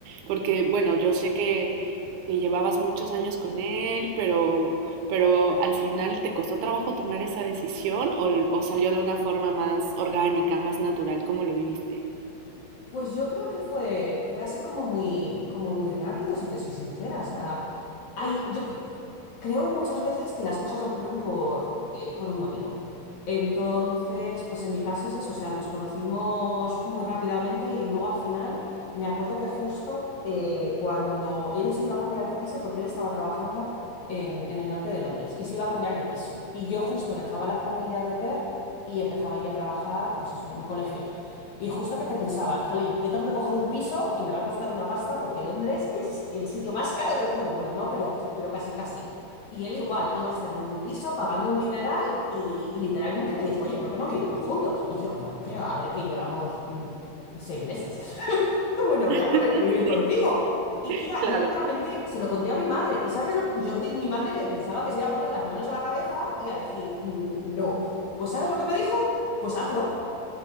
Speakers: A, on the right (about 75°); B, on the left (about 70°).
A: Porque, bueno, yo sé que, que llevabas muchos años con él, pero, pero al final ¿te costó trabajo tomar esa decisión o, l- o salió de una forma más orgánica, más natural? ¿Cómo lo viviste?
B: Pues yo creo que fue, fue así como muy, como muy rápido, si te soy sincera. O sea, hay, yo creo. Creo muchas veces que las cosas ocurren por, eh, por un motivo. Entonces, pues en mi caso es eso, o sea, nos conocimos muy rápidamente y luego al final me acuerdo que justo eh, cuando él se iba a cambiar de piso, porque él estaba trabajando en, en el norte de Londres y se iba a cambiar de piso. Y yo justo dejaba la familia de au pair y empezaba ya a trabajar, pues eso, en colegios. Y justo que te pensabas, jolín, yo tengo que coger un piso y me va a costar una pasta porque Londres es el sitio más caro del mundo. Bueno, no, pero, pero casi casi. Y él igual iba a estar en un piso pagando un dineral y, y literalmente me dijo, oye, ¿por qué no vivimos juntos? Y yo, pero a ver que llevamos mm, seis meses. <laughs> ¿Cómo no
A: <laughs>
B: me voy a poner a vivir
A: Sí,
B: contigo? Y tía,
A: claro,
B: no te voy a mentir, se lo conté a mi madre. ¿Y sabes lo que yo di- mi madre que pensaba que se iba a poner las manos a la cabeza y a decir, "Mm, no. Pues ¿sabes lo que me dijo? Pues hazlo.